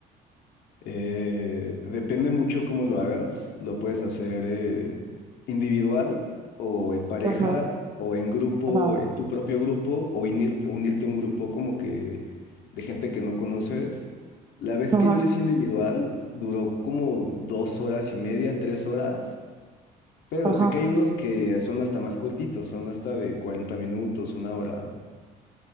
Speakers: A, on the left (about 80°); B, on the right (about 25°).
A: Eh, depende mucho cómo lo hagas. Lo puedes hacer eh, individual o en pareja
B: Ajá,
A: o en grupo,
B: ajá,
A: eh, tu propio grupo o inir- unirte a un grupo como que de gente que no conoces. La vez
B: ajá,
A: que yo lo hice individual duró como dos horas y media, tres horas, pero
B: ajá.
A: sé que hay unos que son hasta más cortitos, son hasta de 40 minutos, una hora,